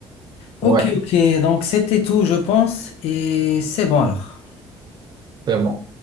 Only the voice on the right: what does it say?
ouais,
c'est bon.